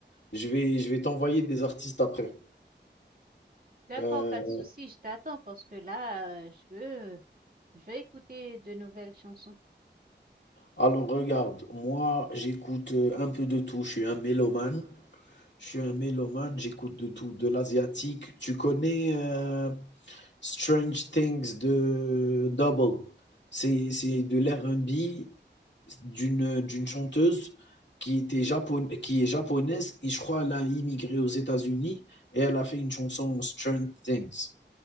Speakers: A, on the left; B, on the right.
A: Je vais je vais t'envoyer des artistes après.
B: D'accord,
A: Heu,
B: pas de souci, je t'attends parce que là, euh, je veux je veux écouter de nouvelles chansons.
A: alors regarde, moi, j'écoute, heu, un peu de tout, je suis un mélomane je suis un mélomane, j'écoute de tout, de l'asiatique. Tu connais, heu Strange Things de Double. C'est c'est de l'R&B d'une d'une chanteuse qui était japon qui est japonaise et je crois elle a immigré aux États-Unis et elle a fait une chanson Strange Things.